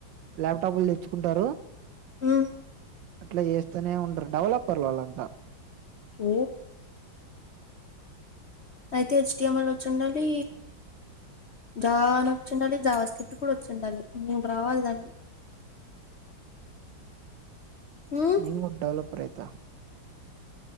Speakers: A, on the right (about 75°); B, on the left (about 60°).
A: ల్యాప్టాప్లు తెచ్చుకుంటారు.
B: ఉ
A: అట్ల చేస్తనే ఉండరు డెవలపర్ల వాళ్ళంతా
B: ఊ అయితే హెచ్ టి ఎం ఎల్ వచ్చి ఉండాలి గా ఆ అని వచ్చిండాలి. జావా స్క్రిప్ట్ కూడా వచ్చిండాలి. నేను రావాలిగాని ఉమ్
A: నేనుకూడా డెవలపర్ అయిత